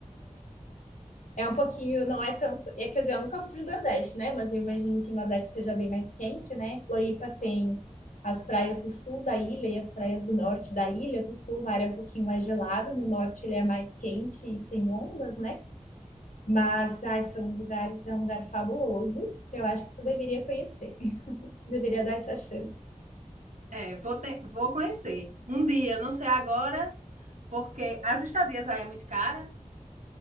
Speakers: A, on the left; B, on the right.
A: É um pouquinho, não é tanto. É, quer dizer, eu nunca fui pro Nordeste, né? Mas eu imagino que o Nordeste seja bem mais quente, né? Floripa tem as praias do sul da ilha e as praias do norte da ilha. Do sul, o mar é um pouquinho mais gelado, no norte ele é mais quente e sem ondas, né? Mas ai, são lugares, é um lugar fabuloso que eu acho que tu deveria conhecer. <laughs> Deveria dar essa chance.
B: É, vou, te- vou conhecer. Um dia, não sei agora, porque as estadias aí é muito cara,